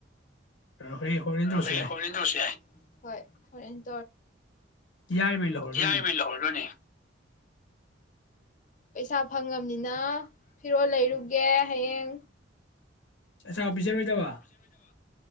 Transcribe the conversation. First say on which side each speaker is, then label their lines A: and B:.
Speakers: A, on the left; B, on the left.
A: ꯍꯣꯔꯦꯟ ꯍꯣꯔꯦꯟ
B: ꯍ
A: ꯇꯧꯔꯁꯨ ꯌꯥꯏ
B: ꯍꯔꯤꯟ ꯇꯁꯤ ꯌꯥꯥꯏ ꯐꯣꯔꯦꯟ
A: ꯌꯥꯔꯤꯕꯩ ꯂꯧꯍꯧꯔꯗꯣꯏꯅꯤ
B: ꯌꯥꯏꯉꯩ ꯂꯧꯔꯗꯣꯏꯅꯦ ꯄꯩꯁꯥ ꯐꯪꯉꯕꯅꯤꯅ ꯐꯤꯔꯣꯜ ꯂꯩꯔꯨꯒꯦ ꯍꯌꯦꯡ
A: ꯑꯆꯥꯄꯣꯠ ꯄꯤꯖꯔꯣꯏꯗꯕ